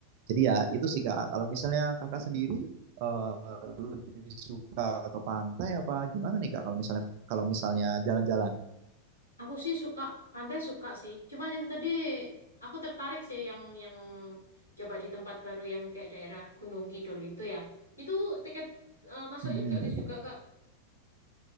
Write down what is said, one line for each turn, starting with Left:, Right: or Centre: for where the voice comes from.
Right: Jadi ya itu sih Kak, kalau misalnya Kakak sendiri eh, lebih suka ke pantai apa gimana nih Kak kalau misalnya kalau misalnya jalan-jalan?
Left: Aku sih suka pantai suka sih. Cuman itu tadi aku tertarik sih yang yang coba di tempat baru yang kayak daerah Gunung Kidul itu ya. Itu tiket eh, masuknya
Right: Mm-mm.
Left: gratis juga, Kak.